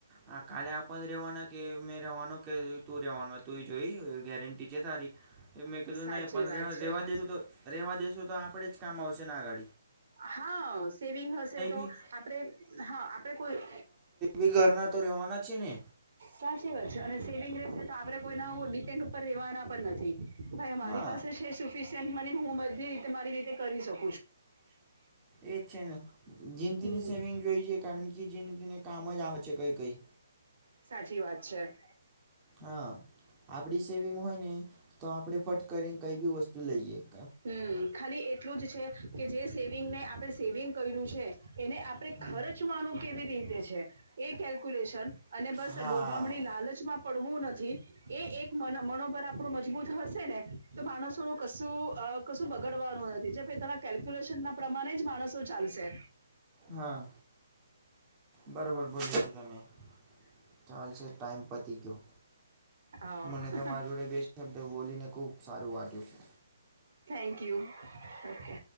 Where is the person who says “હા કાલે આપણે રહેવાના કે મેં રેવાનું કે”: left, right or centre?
Right